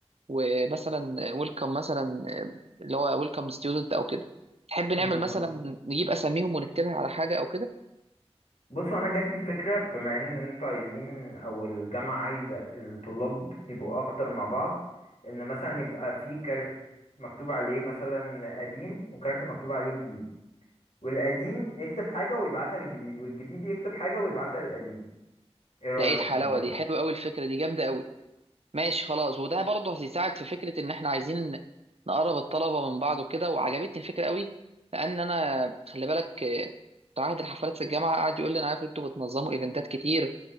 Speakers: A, on the right (about 65°); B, on the left (about 80°).
A: ومثلا ويلكم مثلا آه، اللي هو ويلكم ستودنت او كده تحب
B: بالظبط
A: نعمل مثلا نجيب اساميهم ونكتبها على حاجه او كده
B: بص انا جات لي فكره بما ان انتوا عايزين او الجامعه عايزه الطلاب يبقوا اكتر مع بعض ان مثلا يبقى في كارت مكتوب عليه مثلا قديم وكارت مكتوب عليه جديد والقديم يكتب حاجة ويبعتها للجديد والجديد يكتب حاجة ويبعتها للقديم ايه رأيك
A: ده ايه الحلاوه
B: في الموضوع
A: دي
B: ده
A: حلوه قوي الفكره دي جامده قوي ماشي خلاص وده برضه هيساعد في فكره ان احنا عايزين نقرب الطلبه من بعض وكده وعجبتني الفكره قوي لان انا خلي بالك آه، بتاع عهد الحفلات في الجامعه قعد يقول لي انا عارف انتوا بتنظموا ايفنتات كتير